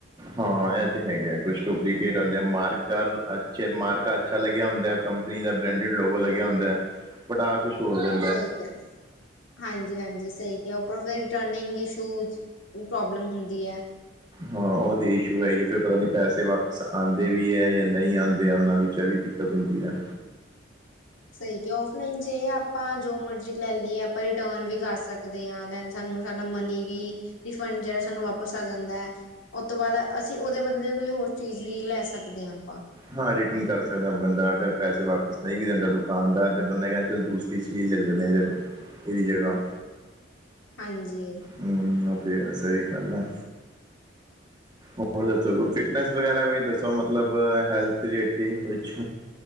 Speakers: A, on the right; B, on the left.
A: ਹਾਂ ਇਹ ਤੇ ਹੈਗਾ ਕੁਛ ਡੁਪਲੀਕੇਟ ਹੁੰਦੇ ਆ ਮਾਰਕਰ ਅੱਛੇ ਮਾਰਕ ਅੱਛਾ ਲੱਗਿਆ ਹੁੰਦਾ ਕੰ ਪਨੀ ਦਾ ਬ੍ਰੈਂਡ ਲੋਗਾ ਲੱਗਿਆ ਹੋੁੰ ਹੈ ਪਟਾ ਕੁਛ ਹੋ ਗਿਆ
B: ਸਹੀ ਕਿਆ ਹਾਂਜੀ ਹਾਂਜੀ ਸਹੀ ਕਿਆ ਉਪਰੋਂ ਫਿਰ ਰਿਟਰਨਿੰਗ ਸ਼ੂਜ਼ ਪ੍ਰੋਬਲਮ ਹੁੰਦੀ ਹੈ
A: ਹਾਂ ਉਹ ਤੇ ਇਸ਼ੂ ਹੈ ਹੀ ਆ ਫਰ ਪਤਾ ਨੀ ਪੈਸੇ ਵਾਪਿਸ ਆਉਂਦੇ ਵੀ ਹੈ ਜਾਂ ਨਹੀਂ ਆਉਂਦੇ ਆ ਉਹਨਾਂ ਵਿੱਚ ਵੀ ਦਿੱਕਤ ਹੁੰਦੀ ਹੈ
B: ਸਹੀ ਕਿਆ ਫਲਾਈਨ ਜ ਆਪਾਂ ਜੋ ਮਰਜੀ ਲੈ ਲਈਏ ਆਪਾਂ ਰਿਟਰਨ ਵੀ ਕਰ ਸਕਦੇ ਹਾਂਨ ਸਾਨੂੰ ਸਾਡਾ ਮਨੀ ਵੀ ਰਿੀਫੰਡ ਸਾਨੂੰ ਵਾਪਿਸ ਆ ਜਾਂਦਾ ਹੈ ਉਹ ਤੋਂ ਬਾਅਦ ਅਸੀਂ ਉਹਦੇ ਬਦਲੇ ਕੋਈ ਹੋਰ ਚੀਜ਼ ਵੀ ਲੈ ਸਕਦੇ ਹਾਂ ਆਪਾਂ
A: ਹਾਂ ਰਿਟਰਨ ਕਰ ਸਕਦਾ ਬੰਦਾ ਅਗਰ ਪੈਸੇ ਵਾਪਿਸ ਨਹੀਂ ਵੀ ਦਿੰਦਾ ਦੁਕਾਨਦਾਰ ਤੇ ਬੰਦਾ ਕਹਿੰਦਾ ਚ ਦੂਸ ਸ ਚੀਲੋਰੇ ਇਹ ਜਗਾ
B: ਹਾਂਜੀ
A: ਹਮ ਤੇ ਸਹੀ ਗੱਲ ਆ ਹੋਰ ਦੋ ਫਿਟਨਸ ਵਗੈਰਾ ਵੀ ਦੱਸੋ ਮਤਲਬ ਹੈਲਥ ਹੈ ਵਿਚ